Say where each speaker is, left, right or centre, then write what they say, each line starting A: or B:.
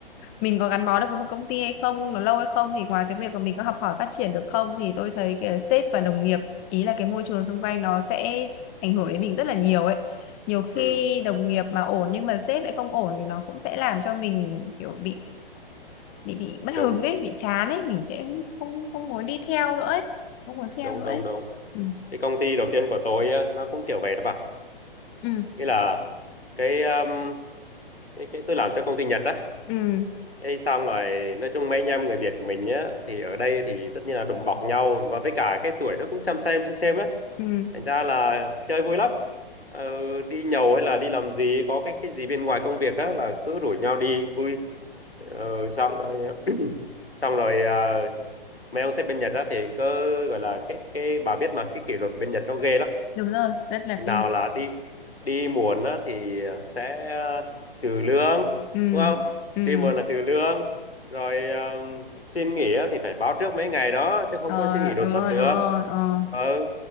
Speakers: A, on the left; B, on the left.
A: mình có gắn bó được với một công ty hay không nó lâu hay không thì ngoài cái việc mà mình có học hỏi phát triển được không thì tôi thấy cái sếp và đồng nghiệp ý là cái môi trường xung quanh nó sẽ ảnh hưởng đến mình rất là nhiều ấy nhiều khi
B: ừ,
A: đồng nghiệp mà ổn nhưng mà sếp lại không ổn thì nó cũng sẽ làm cho mình kiểu bị bị bị mất
B: đúng
A: hứng ấy bị chán ấy mình sẽ không không muốn đi theo nữa ấy không muốn theo
B: đúng
A: nữa
B: đúng
A: ấy
B: đúng
A: ừ
B: cái công ty đầu tiên của tôi á, nó cũng kiểu vậy đó bà
A: ừ
B: nghĩa là cái um, cái cái tôi làm cho công ty Nhật á
A: ừ
B: Ê, xong rồi nói chung mấy anh em người Việt của mình nhá thì ở đây thì tất nhiên là đùm bọc nhau và với cả cái tuổi nó cũng chăm xem xem xem á
A: ừ
B: thành ra là chơi vui lắm ờ, đi nhậu hay là đi làm gì có cái cái gì bên ngoài công việc á là cứ rủ nhau đi vui ờ, xong rồi <clears throat> xong rồi à, mấy ông sếp bên Nhật á thì cứ gọi là cái cái bà biết mà cái kỷ luật của bên Nhật nó ghê lắm
A: đúng rồi rất là
B: nào
A: kinh
B: là đi đi muộn á, thì ờ, sẽ ờ, trừ lương
A: ừ
B: đúng không
A: ừ
B: đi muộn là trừ lương rồi um, xin nghỉ á thì phải báo trước mấy ngày đó chứ không
A: ờ,
B: có xin nghỉ đột
A: đúng
B: xuất
A: rồi
B: được
A: đúng rồi ờ.
B: ừ